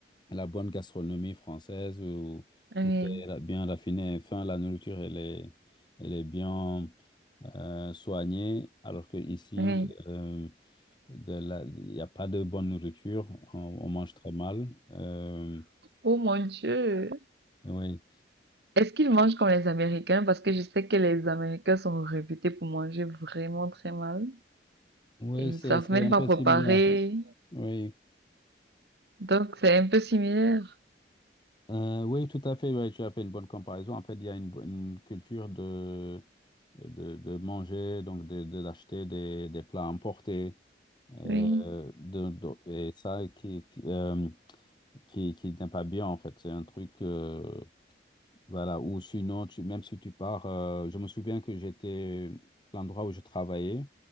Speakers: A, on the left; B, on the right.
A: la bonne gastronomie française où
B: oui,
A: tout est ra- bien raffiné. Enfin, la nourriture, elle est, elle est bien euh, soignée, alors qu'ici,
B: oui.
A: euh, de la- il n'y a pas de bonne nourriture. On, on mange très mal. Euh,
B: Oh mon Dieu.
A: oui.
B: Est-ce qu'ils mangent comme les Américains? Parce que je sais que les Américains sont réputés pour manger vraiment très mal.
A: Oui,
B: Et ils
A: c'est
B: savent
A: c'est
B: même
A: un
B: pas
A: peu
B: préparer.
A: similaire. Oui.
B: Donc c'est un peu similaire.
A: Euh, oui, tout à fait. Oui, tu as fait une bonne comparaison. En fait, il y a une, bo- une culture de, de, de manger, donc de, de- d'acheter des, des plats importés. euh,
B: Oui,
A: de, de- et ça qui, qui, euh, qui, qui n'est pas bien, en fait. C'est un truc, euh, voilà, ou sinon, tu, même si tu pars, euh, je me souviens que j'étais, l'endroit où je travaillais,